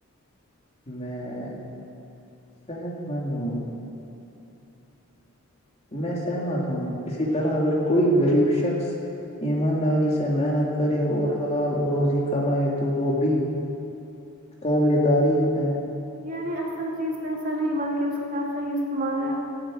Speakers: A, on the left; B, on the right.
A: میں صحت مند ہوں میں سہمت ہوں اسی طرح اگر کوئی غریب شخص ایمانداری سے محنت کرے اور حلال روزی کمائے تو وہ بھی قابل تعریف ہے
B: یعنی اصل چیز پہ پسا نہیں بلکہ اس کا صحیح استعمال ہے